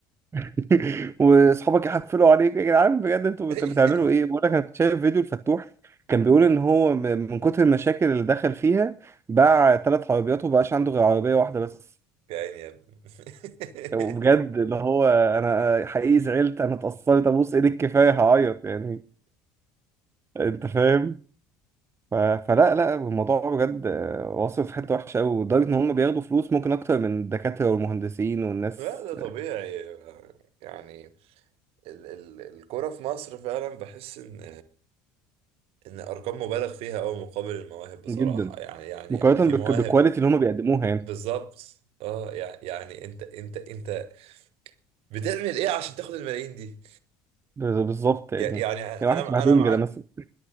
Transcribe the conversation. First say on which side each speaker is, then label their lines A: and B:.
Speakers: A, on the right; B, on the right.
A: <laughs> واصحابك يحفلوا عليك يا جدعان بجد انتوا
B: <laughs>
A: بت- بتعملوا ايه بقول لك انا كنت شايف فيديو الفتوح كان بيقول ان هو م- من كتر المشاكل اللي دخل فيها باع ثلاث عربيات ومبقاش عنده غير عربيه واحده بس
B: يا عيني يا ابني <laughs>
A: وبجد اللي هو انا حقيقي زعلت انا اتأثرت ابوس ايدك كفاية هعيط يعني انت فاهم ف... فلا لا الموضوع بجد آه، واصل في حتة وحشة قوي لدرجة ان هم بياخدوا فلوس ممكن اكتر من الدكاترة والمهندسين والناس
B: لا ده طبيعي يعني ال ال الكرة في مصر فعلا بحس ان ان ارقام مبالغ فيها قوي مقابل المواهب بصراحة
A: جدا
B: يعني يعني
A: مقارنة
B: يعني في
A: بالك...
B: مواهب
A: بالكواليتي اللي هم بيقدموها يعني
B: بالظبط اه يع- يعني انت انت انت بتعمل ايه عشان تاخد الملايين دي
A: ب- بالظبط يعني
B: يع- يعني انا
A: يعني واحد شبه دونجا
B: انا معاك
A: ده مثلا